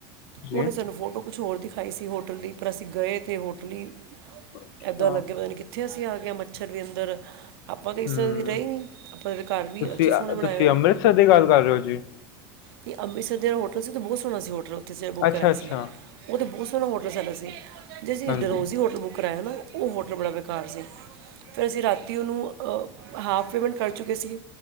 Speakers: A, on the left (about 75°); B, on the right (about 80°).
A: ਜੀ
B: ਉਹਨੇਂ ਸਾਨੂੰ ਫੋਟੋ ਕੁਛ ਹੋਰ ਦਿਖਾਈ ਸੀ ਹੋਟਲ ਦੀ ਪਰ ਅਸੀਂ ਗਏ ਤੇ ਹੋਟਲੀ ਈ
A: ਅੱਛਾ
B: ਏਦਾਂ ਲੱਗੇ ਪਤਾ ਨੀਂ ਕਿੱਥੇ ਅਸੀਂ ਆਗੇ ਆਂ ਮਣ ਮੱਛਰ ਵੀ ਅੰਦਰ ਆਪਾਂ ਇਸ
A: ਹੂੰ
B: ਸਿਰਾ ਕਦੇ ਰਹੇ ਨ੍ਹੀਂ ਆਪਾਂ ਇਹਦੇ ਘਰ ਵੀ
A: ਤੁਸੀਂ
B: ਅੱਛੇ ਸੋਹਣੇ
A: ਅ
B: ਬਣਾਏ
A: ਤੁਸੀਂ
B: ਹੋਏ ਨੇਂ।
A: ਅੰਮ੍ਰਿਤਸਰ ਦੀ ਗੱਲ ਕਰ ਰਹੇ ਹੋ ਜੀ।
B: ਤੇ ਅੰਮ੍ਰਿਤਸਰ ਜਿਹੜ ਹੋਟਲ ਸੀ ਤਾਂ ਬਹੁਤ ਸੋਹਣਾ ਸੀ ਹੋਟਲ ਉੱਥੇ ਬੁਕ
A: ਅੱਛਾ
B: ਕਰਾਇਆ
A: ਅੱਛਾ
B: ਸੀ ਉਹ ਤਾਂ ਬਹੁਤ ਤੁਾਨੂੰ ਹੋਟਲ ਸੈਲਾ ਸੀ ਜੇ ਅਸੀਂ
A: ਹਾਂਜੀ
B: ਡਰੋਜ਼ ਹੀ ਹੋਟਲ ਬੁੱਕ ਕਰਾਆ ਨਾਂ ਉਹ ਹੋਟਲ ਬੜਾ ਬੇਕਾਰ ਸੀ। ਫਿਰ ਅਸੀਂ ਰਾਤੀ ਉਹਨੂੰ ਹਾਫ ਪੇਮੈਂਟ ਕਰ ਚੁੱਕੇ ਸੀਗੇ।